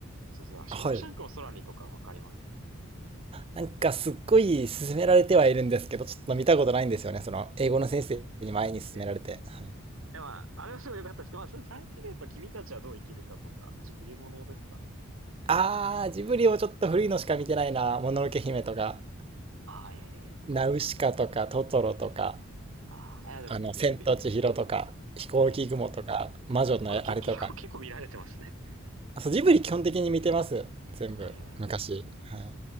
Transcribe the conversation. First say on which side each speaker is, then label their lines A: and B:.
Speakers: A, on the right (about 75°); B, on the right (about 25°).
A: そうそう。ショーシャンクの空にとかわかります。
B: はい。なんかすっごい勧められてはいるんですけど、ちょっと見たことないんですよね、その英語の先生に前に勧められて。
A: えー
B: はい、
A: でも、あれはすごい良かったですけど、まあ、それ最近でやっぱ君たちはどう生きるかとか、ジブリものですかね。
B: あー、ジブリをちょっと古いのしか見てないな。もののけ姫とか、
A: ああ、
B: ナウシカとか、
A: ええ
B: トトロとか。
A: ああ、いやでも、
B: あの、千と千尋とか、
A: でも
B: 飛行機雲とか、
A: ええ
B: 魔女のあれとか。
A: あ、でも結 <laughs> 結構、結構見られてますね。
B: あ、そう、ジブリ基本的に見てます。全部、
A: ええ
B: 昔。はい。